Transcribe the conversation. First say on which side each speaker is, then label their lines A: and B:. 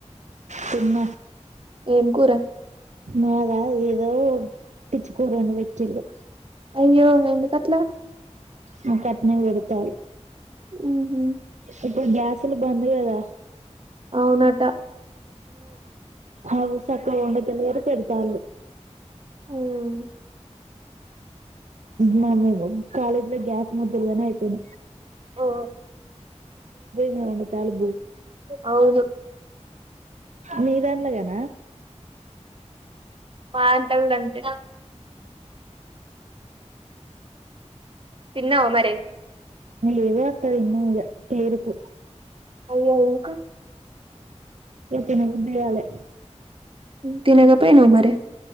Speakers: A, on the right (about 80°); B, on the right (about 50°).
A: తిన్న
B: ఏం కూర
A: మాగా ఓ ఓ పిచ్చి కుంద్దాలు పెటిల్లు
B: అయ్యో ఎందు కట్లా
A: మా కట్నే కొడతాలి
B: ఉ ఊ
A: ఇప్పుడు గ్యాసులు బంద్ కదా
B: అవును
A: అ సక్క ఉండదల ఎరు పెడతా
B: ఉమ్
A: మ కాలజ్లో గ్యాస్ ముద్దలుగానే అయితేన
B: ఓ
A: మీద వండుతాళ్ళు
B: అవును
A: మీదంలగానా
B: మా అంతా కూడాడంతే తిన్నావా మరి
A: లెదు <unintelligible> టు వరకు
B: అయ్య ఎందుకు
A: ఇగ తినబుద్ధి కాలే
B: తినగా పోయినావు మరి